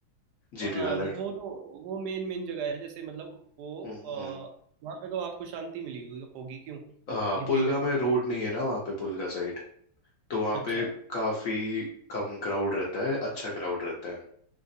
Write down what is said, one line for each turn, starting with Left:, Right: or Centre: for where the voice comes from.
Left: जिप्पी
Right: हाँ
Left: वाला
Right: तो वो तो वो मेन मेन जगह है जैसे मतलब वो
Left: हम्म
Right: आ,
Left: हम्म।
Right: वहाँ पे तो आपको शांति मिली हुई होगी क्यों
Left: हाँ
Right: जिब्बी
Left: पुलगा
Right: में
Left: में रोड नहीं है ना वहाँ पे पुलगा साइड तो वहाँ
Right: अच्छा
Left: पे काफी कम क्राउड रहता है अच्छा क्राउड रहता है